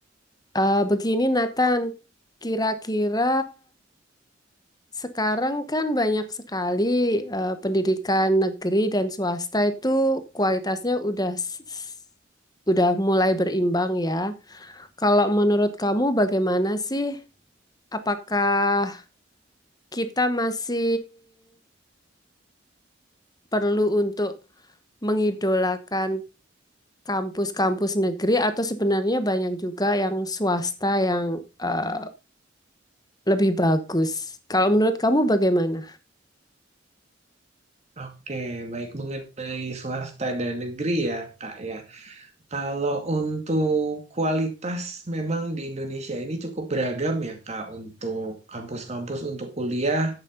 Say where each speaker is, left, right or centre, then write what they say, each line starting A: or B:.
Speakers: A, on the left; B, on the right.
A: Eh, begini Nathan, kira-kira Sekarang kan banyak sekali eh, pendidikan negeri dan swasta itu kualitasnya udah s- s- udah mulai berimbang ya. Kalau menurut kamu bagaimana sih? Apakah kita masih perlu untuk mengidolakan kampus-kampus negeri atau sebenarnya banyak juga yang swasta yang eh, lebih bagus? Kalau menurut kamu bagaimana?
B: Oke, baik mengenai swasta dan negeri ya, Kak ya. Kalau untuk kualitas memang di Indonesia ini cukup beragam ya Kak untuk kampus-kampus untuk kuliah